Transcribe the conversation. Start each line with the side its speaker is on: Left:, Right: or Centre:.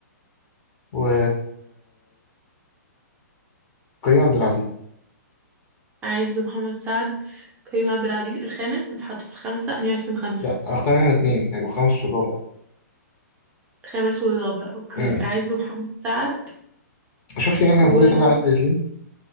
Left: و كريم عبد العزيز
Right: عز محمد سعد كريم عبد العزيز الخامس نتحط في الخمسة أنا فيهم خمسة
Left: لا هنختار احنا الاثنين هيبقى خامس والرابع
Right: الخامس والرابع أوكي
Left: امم
Right: عز ومحمد سعد
Left: شفت ان احنا
Right: وكريم
Left: المفروض نطلع آسر ياسين